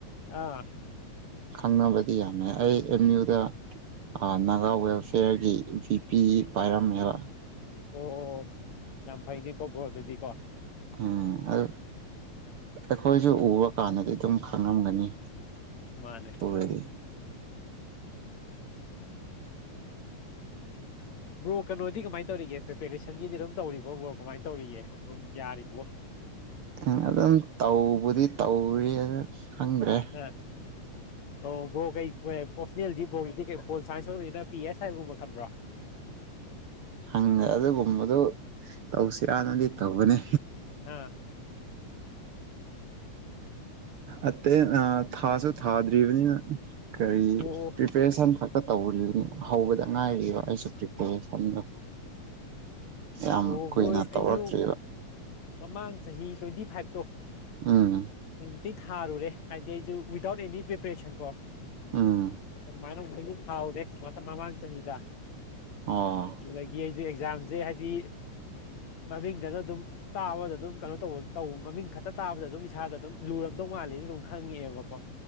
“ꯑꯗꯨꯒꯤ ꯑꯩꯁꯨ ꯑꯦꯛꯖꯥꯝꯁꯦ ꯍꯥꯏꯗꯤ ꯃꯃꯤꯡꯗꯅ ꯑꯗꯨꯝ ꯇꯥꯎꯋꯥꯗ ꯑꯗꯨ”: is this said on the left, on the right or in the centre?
Left